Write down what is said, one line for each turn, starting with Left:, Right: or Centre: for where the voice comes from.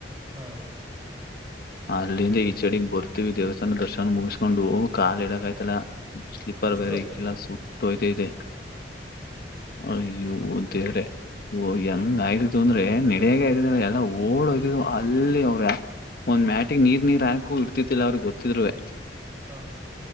Right: ಹಾ
Left: ಅಲ್ಲಿಂದ ಈ ಚಡಿಗೆಗ್ ಬರ್ತೀವಿ ದೇವಸ್ಥಾನ ದರ್ಶನ ಮುಗಿಸಕೊಂಡು. ಕಾಲ್ ಇದಕೆಯ್ತಿಲ್ಲ ಸ್ಲಿಪರ್
Right: ಬಿಸ್ಲು
Left: ಬರೇ ಇ ಕೆಲಸು ತೋಯತೇತೆ. ಅಯ್ಯೋ
Right: ಹ್ಮ್
Left: ದೇವರೇ. ಓ ಹೆಂಗ ಅಯ್ತಿತು ಅಂದ್ರೆ ನಡಗೆ ಆಯ್ದಿದಲ್ಲ ಎಲ್ಲ ಓಡ್ ಹೋಗಿದ್ ಅಲ್ಲಿ ಅವ್ರ ಒಂದ್ ಮ್ಯಾಚ್ ನೀರ್ ನೀರರಾಕು ಇಡ್ತಿತಿಲ್ಲ ಅವ್ರಿಗೆ ಗೊತ್ತಿದ್ರುವೆ.
Right: ಹ್ಮ